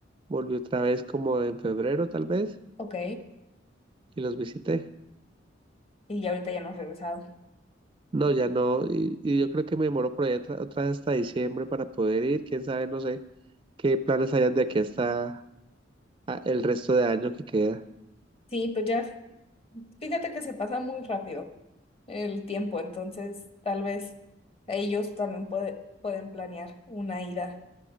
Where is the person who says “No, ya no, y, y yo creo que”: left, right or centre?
Right